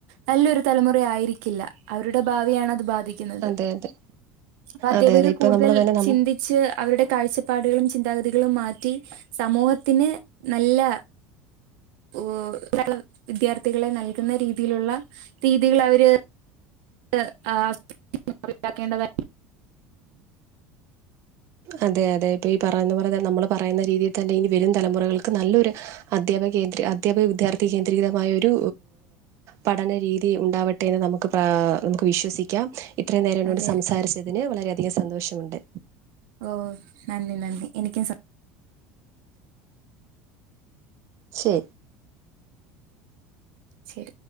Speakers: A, on the right; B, on the right.
A: നല്ലൊരു തലമുറായിരിക്കില്ല അവരുടെ ഭാവിയാണ് അത് ബാധി <unintelligible>
B: അതെ അതെ
A: പതിവിൽ
B: അതെ അതെ ഇപ്പൊ
A: കൂടുതൽ
B: നമ്മള് തന്നെ നം
A: ചിന്തി ച്ച് അവരുടെ കാഴ്ചപ്പാടുകളും ചിന്താഗതികളും മാറ്റി സമൂഹത്തിന് നല്ല ഓവിദ്യാർത്ഥികളെ നൽകുന്ന രീതിയിലുള്ള രീതികൾ അവര് <unintelligible>
B: അതെ അതെ ഇ പറയുന്ന പോലെ നമ്മള് പറയുന്ന രീതിയിൽ തന്നെ ഇനി വരും തലമുറകൾക്ക് നല്ലൊരു അധ്യാപക കേന്ദ്ര അധ്യാപക വിദ്യാർത്ഥി കേന്ദ്രീകൃതമായ ഒരു പഠനരീതി ഉണ്ടാവട്ടെന്ന് നമുക്ക് പാ നമുക്ക് വിശ്വസിക്കാം ഇത്രയും നേരം എന്നോട്
A: അതെ
B: സംസാരിച്ചതിന് വളരെയധികം സന്തോഷമുണ്ട്
A: ഓ നന്ദി നന്ദി എനിക്കും സ
B: ശരി
A: ശരി